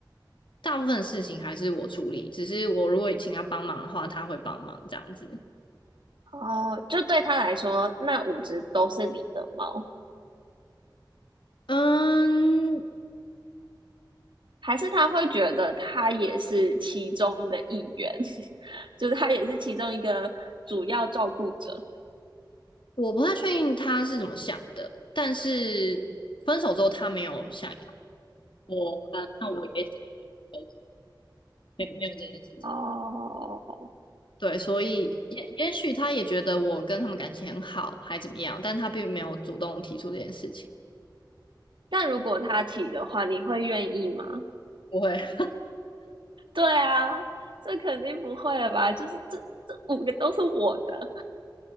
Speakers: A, on the left; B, on the right.
A: 大部分的事情还是我处理，只是我如果请他帮忙的话，他会帮忙这样子。
B: 哦，就对他来说，那五只都是你的猫。
A: 嗯，
B: 还是他会觉得他也是其中的一员，<laughs> 就是他也是其中一个主要照顾者
A: 我不太确定他是怎么想的，但是分手之后他没有想要我，那那我也想要没有没有这件事情。
B: 哦。
A: 对，所以也也许他也觉得我跟他们感情很好，还怎么样，但他并没有主动提出这件事情。
B: 但如果他提的话，你会愿意吗？
A: 不会。<laughs>
B: 对啊，这肯定不会了吧？就是这这五个都是我的